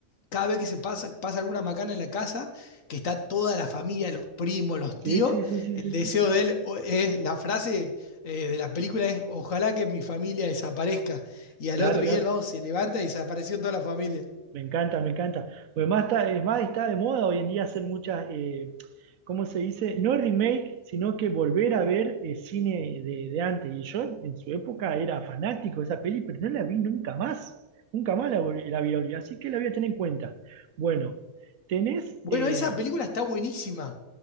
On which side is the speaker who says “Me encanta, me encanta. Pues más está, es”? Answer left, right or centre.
Right